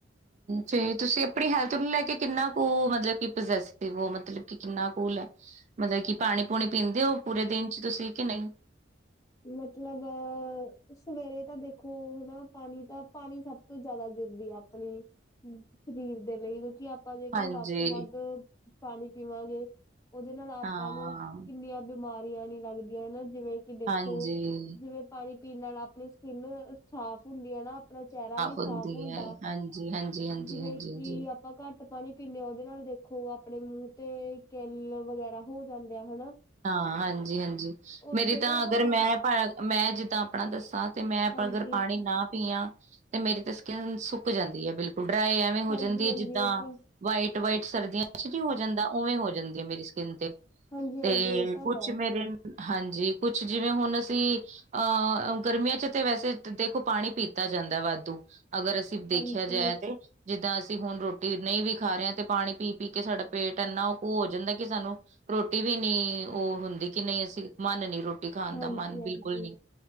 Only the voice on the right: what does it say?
ਜੇ ਤੁਸੀਂ ਆਪਣੀ ਹੈਲਥ ਨੂੰ ਲੈ ਕੇ ਕਿੰਨਾ ਕੁ ਮਤਲਬ ਕਿ ਪ੍ਰੋਜੈਸਿਵ ਮਤਲਬ ਕਿ ਕਿੰਨਾ ਕੋਲ ਹੈ ਮਤਲਬ ਕਿ ਪਾਣੀ ਪੂਣੀ ਪੀਂਦੇ ਹੋ ਪੂਰੇ ਦਿਨ ਚ ਤੁਸੀਂ ਕਿ ਨਹੀਂ
ਹਾਂਜੀ
ਹਾਂ
ਹਾਂਜੀ
ਹੁੰਦੀ
ਹੈ ਹਾਂਜੀ ਹਾਂਜੀ ਹਾਂਜੀ
ਹਾਂਜੀ
ਹਾਂਜੀ
ਹਾਂ ਹਾਂਜੀ- ਹਾਂਜੀ,
ਮੇਰੀ
ਤਾਂ
ਅਗਰ
ਮੈਂ, ਮੈਂ ਜਿੱਦਾਂ ਆਪਣਾ ਦੱਸਾਂ ਤੇ ਮੈਂ
ਅਗਰ ਪਾਣੀ ਨਾ ਪੀਆਂ ਤੇ ਮੇਰੀ ਤੇ ਸਕਿੰਨ ਸੁੱਕ ਜਾਂਦੀ ਹੈ ਬਿਲਕੁਲ ਡਰਾਈ ਐ ਹੋ
ਜਾਂਦੀ ਹੈ
ਜਿੱਦਾਂ
ਵਾਈਟ ਵਾਈਟ ਸਰਦੀਆਂ ਨਹੀਂ ਹੋ ਜਾਂਦਾ ਉਵੇਂ ਹੋ ਜਾਂਦੀ ਹੈ ਮੇਰੀ ਸਕਿੰਨ ਤੇ
ਤੇ
ਕੁਛ
ਮੇਰੇ ਹਾਂਜੀ ਕੁਛ ਜਿਵੇਂ ਹੁਣ ਅਸੀਂ ਅਹ ਗਰਮੀਆਂ ਚ ਤਾਂ ਵੈਸੇ ਦੇਖੋ ਪਾਣੀ ਪੀਤਾ ਜਾਂਦਾ ਵਾਧੂ, ਅਗਰ ਅਸੀ ਦੇਖਿਆ
ਜਾਏ ਤੇ ਜਿੱਦਾਂ ਅਸੀਂ ਹੁਣ ਰੋਟੀ ਨਹੀਂ ਵੀ ਖਾ ਰਹੇ ਹਾਂ ਤੇ ਪਾਣੀ ਪੀ ਪੀ ਕੇ ਸਾਡਾ ਪੇਟ ਇੰਨਾ ਕੁ ਹੋ ਜਾਂਦਾ ਕਿ ਸਾਨੂੰ ਰੋਟੀ ਵੀ ਨਹੀ, ਉਹ ਹੁੰਦੀ ਕਿ ਨਹੀਂ ਅਸੀਂ ਮਨ ਨਹੀ ਰੋਟੀ ਖਾਣ
ਦਾ ਮਨ ਬਿਲਕੁਲ
ਨਹੀ